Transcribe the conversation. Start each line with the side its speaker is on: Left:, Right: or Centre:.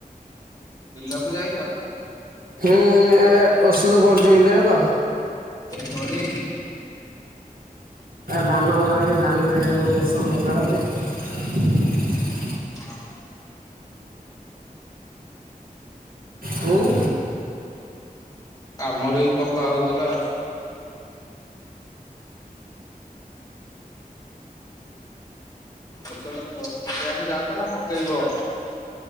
Left: ବିଲ କୁୁ ଯାଇଛ?
Right: ହୁଁ ଔଷଧ ପଡ଼ୁଚି ବିଲରେ ତ।
Left: ତଳି?
Right: ଧାନ ବୁଣା ହେଉଛି ଧାନରେ ଔଷଧ ପକା ହଉଛି।
Left: ହଁ।
Right: ହୁଁ।
Left: ଆମର ବି ପକା ହଉଥିଲା ଆଉ। ଔଷଧ ପ ପକେଇବାକୁ ଯାଉଛ ନା ପକେଇବ?